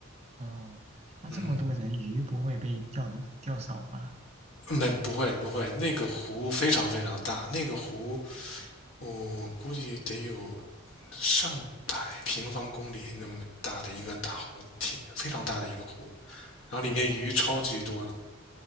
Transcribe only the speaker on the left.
嗯。
没不会不会，那个湖非常非常大，那个湖我估计得有上百平方公里那么大的一个大湖，挺非常大的一个湖，然后里面鱼超级多的。